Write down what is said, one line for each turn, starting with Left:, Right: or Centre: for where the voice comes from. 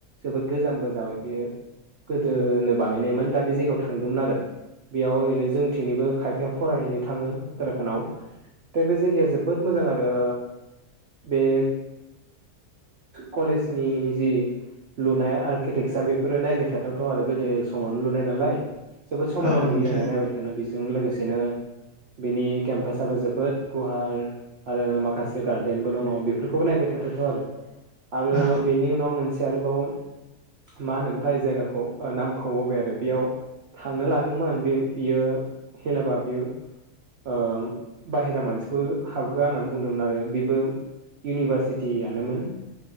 Right: जोबोद गोजामबो जाबाय बेयो। गोदोनो बानायनायमोन दा बे जायगायाव थांदोंमोन आरो। बेयाव ओरैनो जोंथिंनिबो खायफाया फरायहैनो थाङो उत्तराखणडआव। दा बे जायगाया जोबोद मोजां आरो बे कलेजनि जि लुनाय आर्किटेक्सार बेफोरो नायबाय थाथावथ' आरो। गोदो समावनो लुनाय नालाय जोबोद समायना
Left: औ
Right: न
Left: नोंथां
Right: बायथानो। बेजों लोगोसेनो बिनि केम्पासाबो जोबोद गुवार। आरो माखासे गार्देनबो दङ बेफोरखौबो नायबाय थाथावथाव' आरो। आरो
Left: औ
Right: बेनि उनाव मोनसे आरोबाव मा होनोमथाय जायगाखौ ओ नामखौ बावबाय आरो बेयाव थांनो लाद मोन बे बियो हेलाबा बियो ओ बाहेरा मानसिखौ हाबहोआ होननानै बुंदोंमोन आरो बेबो इउनिभारसिटियानोमोन।